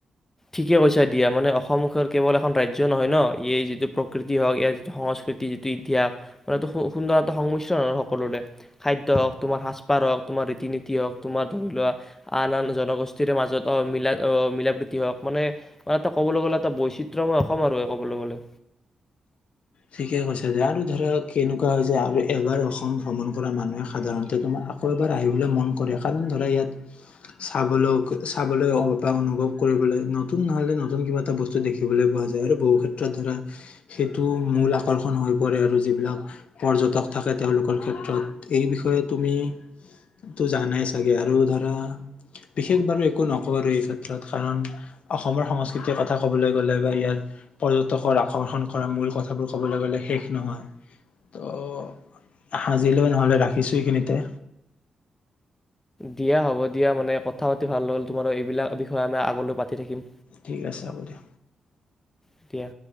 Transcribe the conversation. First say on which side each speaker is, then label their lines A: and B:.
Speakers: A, on the left; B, on the left.
A: ঠিকে কৈছা দিয়া মানে অসমখৰ কেৱল এখন ৰাজ্য নহয় ন এই যিটো প্ৰকৃতি হওক ইয়াৰ যিটো সংস্কৃতি যিটো ইতিহাস মান এইটো সুন্দৰ এটা সংমিশ্ৰণ সকলোৰে খাদ্য হওঁক তোমাৰ সাজপাৰ হওঁক তোমাৰ ৰীতি নীতি হওক তোমাৰ ধৰি লোৱা আন আন জনগোষ্ঠীৰৰে মাজত মিলা অ মিলা প্ৰীতি হওক মানে মই এটা কবলৈ গলে এটা বৈচিত্ৰয় ময় অসম আৰু ক'বলৈ গলে
B: ঠিকে কৈছো যে আৰু ধৰা কেনেকুৱা হৈছে আৰু এবাৰ অসম ভ্ৰমণ কৰা মানুহে সাধাৰণতে তোমাৰ আকৌ এবাৰ আহিবলৈ মন কৰে কাৰণ ধৰা ইয়াত চাবলৈ চাবলৈ অনুভৱ কৰিবলৈ নতুন নহলে নতুন কিবা এটা বস্তু দেখিবলৈ পোৱা যায় আৰু বহু ক্ষেত্ৰত ধৰা সেইটো আকৰ্ষণ হৈ প আৰু যিবিলাক পৰ্যটক থাকে তেওঁলোকৰ ক্ষেত্ৰত এই বিষয়ে তুমি তটো জানাই চাগে আৰু ধৰা বিশেষ বাৰু একো নকও আৰু এই ক্ষেত্ৰত কাৰণ অসমৰ সংস্কৃতিৰ কথা কবলৈ গলে বা ইয়াৰ পৰ্যটকৰ আকৰ্ষণ কৰা মূল কথা কথা বোৰ ক'বলৈ গলে শেষ নহয় ত আজিলে নহলে ৰাখিছো এইখিনিতে
A: দিয়া হ'ব দিয়া মানে কথা পাতি ভাল হ'ল তোমাৰোক এইবিলাক বিষয়ে আমি আগলৈ পাতি থাকিম
B: ঠিক আছে হ'ব দিয়া
A: এতিয়া